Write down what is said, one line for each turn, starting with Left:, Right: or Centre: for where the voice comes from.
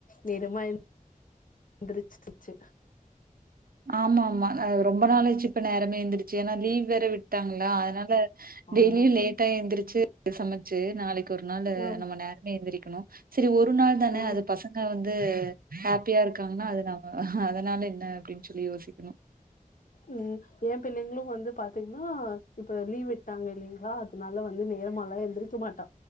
Left: நேரமா எந்திரிச்சுருச்சு
Right: ஆமா ஆமா அது ரொம்ப நாள் ஆச்சு இப்ப நேரமே எந்திரி சு ஏன்னா லீவ் வேற விட்டாங்களா அதனால
Left: ஆமா
Right: டெய்லியு லேட் டா எந்திரிச்சு சமச்சு நாளைக்கு ஒரு நாளு
Left: ஆ
Right: நம்ம நேரமே எந்திரிக்கணு சேரி ஒரு நாள் தானே
Left: ஆ
Right: அது பசங்க வந்து ஹாப்பியா இருக்காங்கன்னா அது நா அதுனால என்ன அப்பிடின்னு சொல்லி யோசிக்கணு
Left: ம் ஏ பிள்ளைங்களும் வந்து பாத்தீங்கன்னா இப்ப லீவ் விட்டாங்க இல்லைங்களா அதனால வந்து நேரமா எல்லா எந்திரிக்க மாட்டா